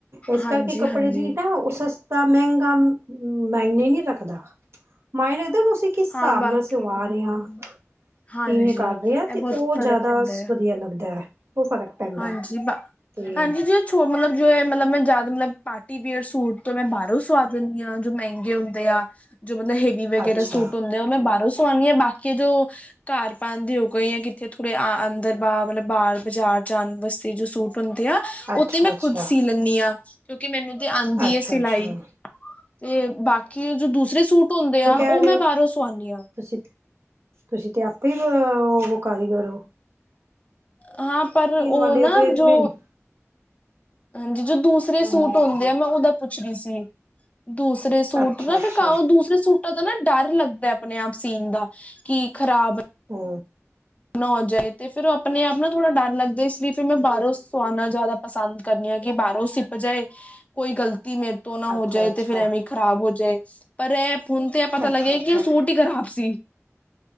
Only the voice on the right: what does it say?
ਏਸ
ਕਰਕੇ ਕੱਪੜੇ
ਦੀ ਤਾ ਐ ਸਸ ਤਾਂ ਮੈਂਗਾ ਮਾਇਨੇ ਨੀ ਰੱਖਦਾ, ਮਾਇਨੇ ਤੇ ਉ <unintelligible> ਚਿਕਿਸ
ਸਾਬ
ਨਾਲ ਸਿਵਾ
ਰੇਆਂ।
ਕਿਵੇਂ ਕਰ
ਰਹਿ ਤੇ
ਉਹ
ਜ਼ਿਆਦਾ
ਸ
ਵਧੀਆ ਲੱਗਦਾ ਏ, ਉਹ ਫ਼ਰਕ ਪੈਂਦਾ।
ਤੇ
ਅੱਛਾ
ਅੱਛਾ
ਅੱਛਾ
ਅੱਛਾ
ਅੱਛਾ
ਲੇ
ਤੁਸੀਂ ਤੇ, ਤੁਸੀਂ ਤੇ ਆਪੇ ਓ ਵਾਲੇ ਕਾਰੀਗਰ ਓ।
ਵਾਲੇ
ਹੋ ਤੇ
ਮੈਨੂੰ
ਹਾਂਜੀ
ਹਾਂਜੀ
ਅੱਛਾ
ਅੱਛਾ
ਹੂੰ।
ਅੱਛਾ
ਅੱਛਾ
ਅੱਛਾ
ਅੱਛਾ